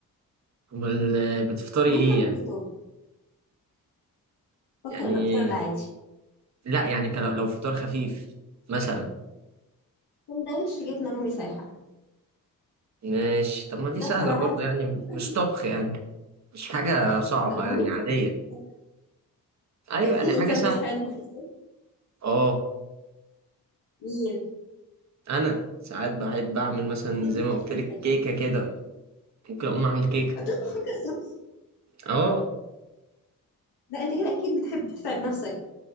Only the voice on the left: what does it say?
ممكن
اكل
جاتوه وافطر
افطر العادي
سندوتش جبنه رومي سايحه
ده
افطر عادي
وخفيف.
طب هو
مين بيطبخ
الصبح؟
في
انسان
بيصحى يطبخ الصبح
مين
بتطبخ
ايه
الصبح
ده
هتطبخ حاجه الصبح
لا انت كده اكيد بتحب تتعب نفسك